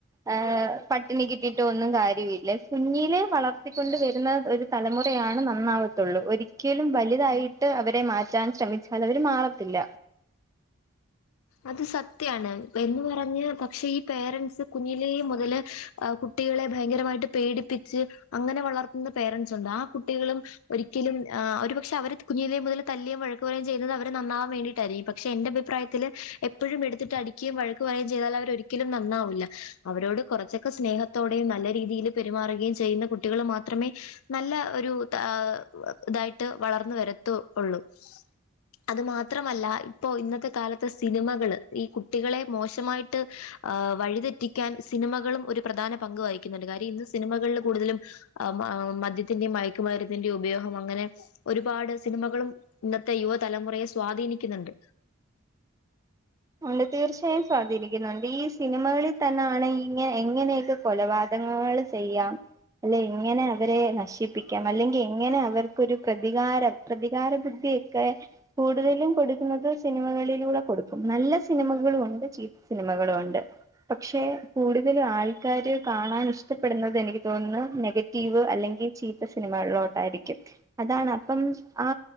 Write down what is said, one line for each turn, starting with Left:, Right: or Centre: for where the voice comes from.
Right: ഏഹ് പട്ടിണികിട്ടിയിട്ട് ഒന്നും കാര്യവും ഇല്ല കുഞ്ഞിലേ വളർത്തിക്കൊണ്ട് വരുന്ന ഒരു തലമുറയാണ് നന്നാവത്തുള്ളൂ ഒരിക്കലും വലുതായിട്ട് അവരെ മാറ്റാൻ ശ്രമിച്ചാൽ അവര് മാറത്തില്ല
Left: അത് സത്യാണ് എന്ന് പറഞ്ഞ് പക്ഷെ ഈ പേരെന്റ്സ് കുഞ്ഞിലേ മുതല് ഏഹ് കു കുട്ടികളെ ഭയങ്കരമായിട്ട് പേടിപ്പിച്ച് അങ്ങനെ വളർത്തുന്ന പേരെന്റ്സ് ഉണ്ട് ആ കുട്ടികളും ഒരി ഒരിക്കലും ആ ഒരു പക്ഷെ അവര് കുഞ്ഞിലേ മുതൽ തല്ലുകയും വഴക്ക്‌ പറയുകയും ചെയ്യുന്നത് അവര് നന്നാവാൻ വേൻണ്ടയിട്ടായിരിക്കും പക്ഷെ എന്റെ അഭിപ്രായ ത്തില് എപ്പോഴും എടുത്തിട്ട് അടിക്കുകയും വഴക്ക് പറയുകയും ചെയ്താൽ അവർ ഒരിക്കലും നന്നാവില്ല അവരോട് കുറച്ചൊക്കെ സ്നേഹത്തി ത്തോടെയും നല്ല രീതിയിൽ പെരുമാറുകയും ചെയ്യുന്ന കുട്ടികൾ മാത്രമേ നല്ല ഒരു ഇതാ ഇതായിട്ട് വളർന്ന് വരത്തുള്ളൂ അത് മാത്രമല്ല ഇപ്പൊ ഇന്നത്തെ കാലത്തെ സിനിമകള് ഈ കുട്ടികളെ മോശമായിട്ട് വഴിതെറ്റി ക്കാൻ സിനിമകളും ഒരു പ്രധാന പങ്ക് വഹിക്കുന്നുണ്ട് കാര്യം ഇന്ന് സിനിമകളിൽ കൂടുതലും ആം ആ മദ്യത്തിന്റെയും മയക്കുമരുന്നിന്റെയും ഉപയോഗം അങ്ങനെ ഒരുപാട് സിനിമകളും ഇന്നത്തെ യുവതലമുറയെ സ്വാധീനിക്കുന്നുണ്ട്
Right: ഉണ്ട് തീർച്ചയായും സ്വാധീനിക്കുന്നുണ്ട് ഈ സിനിമകളിൽ തന്നെയാണ് ഇങ്ങനെ എങ്ങനെയൊക്കെ കൊലപാതകങ്ങൾ ചെയ്യാം അല്ലെ എങ്ങനെ അവരെ നശിപ്പിക്കാം അല്ലെങ്കിൽ എങ്ങനെ അവർക്കൊരു പ്രതികാരം പ്രതികാര ബുദ്ധിയൊക്കെ കൂടുതലും കൊടുക്കുന്നത് സിനിമകളിലൂടെ കൊടുക്കും നല്ല സിനിമകളും ഉണ്ട് ചീത്ത സിനിമകളും ഉണ്ട് പക്ഷെ കൂടുതല് ആൾക്കാര് കാണാൻ ഇഷ്ടപ്പെടുന്നത് എനിക്ക് തോന്നുന്നു നെഗ റ്റീവ് അല്ലെങ്കിൽ ചീത്ത സിനിമകളിലോട്ടായിരിക്കും അതാണ് അപ്പം ആ